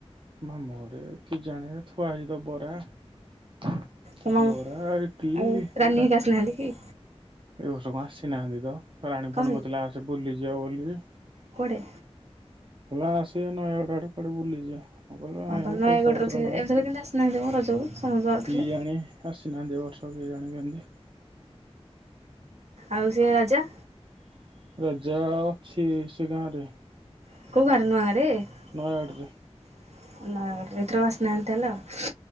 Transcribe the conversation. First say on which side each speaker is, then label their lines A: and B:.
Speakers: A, on the right; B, on the right.
A: <unintelligible>
B: ତମ ଆଉ
A: ବରା ଇଟଲି
B: ରାନୀ ହାରିକା
A: କା
B: ଆସିନାହାନ୍ତି କି?
A: ଏ ବର୍ଷ କଣ ଆସିନାହାନ୍ତି ତ ରାଣୀ
B: କଣ
A: ଫୋନ୍ କରୁଥିଲା ଆସେ ବୁଲି ଯିବା ବୋଲି।
B: ପରେ
A: <unintelligible> ହଁ କହିଲ ଆଣିବୁ
B: ହଁ ତମ ନୟାଗଡ଼ରେ
A: ପଇସା ପତ୍ର
B: ଥିବେ
A: ନାହିଁ।
B: ଏଥର
A: କି
B: କେମିତି ଆସିନାହାନ୍ତି ମ ରଜକୁ ସମସ୍ତେ ଯାଉଥିଲେ।
A: ଜାଣି। ଆସିନାହାନ୍ତି ଏ ବର୍ଷ କେଜାଣି କେମିତି।
B: ଆଉ ସେ ରାଜା
A: ରାଜା ଅଛି ସେ ଗାଁ ରେ।
B: <unintelligible>
A: ନୟାଗଡ଼ରେ।